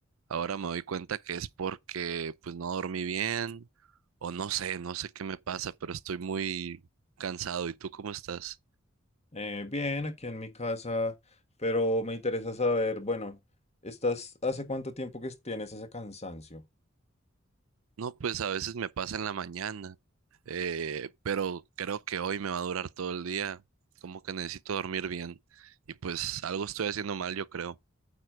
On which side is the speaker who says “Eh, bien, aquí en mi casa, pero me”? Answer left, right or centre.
Left